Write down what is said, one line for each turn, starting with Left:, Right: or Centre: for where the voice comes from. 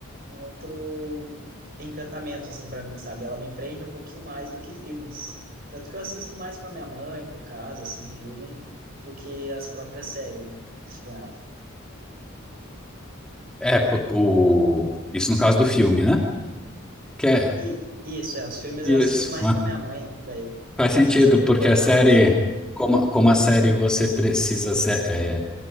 Right: um outro encantamento, assim, para mim, sabe? Ela me prende um pouquinho mais do que filmes. Tanto que eu assisto mais com a minha mãe, por casa, assim, filme, do que as próprias séries, né? Com ela.
Centre: É, p- o... isso no caso do filme, né? Que é.
Right: E isso, é, os filmes
Centre: Isso.
Right: eu assisto mais com a minha mãe, né? Daí,
Centre: Faz sentido,
Right: mais acompanhado,
Centre: porque a série,
Right: sabe?
Centre: como, como a série você precisa se- é,